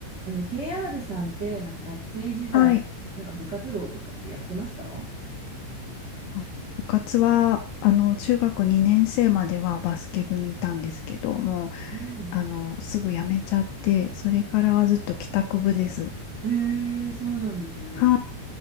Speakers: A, on the right; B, on the left.
A: あの KR さんって、なんか学生時代、
B: はい。
A: なんか部活動とかってやってました
B: あ部活は、あの、中学2年生まではバスケ部にいたんですけども、
A: うん。
B: あの、すぐ辞めちゃって、それからはずっと帰宅部です。
A: へえそうなんですね。
B: はい。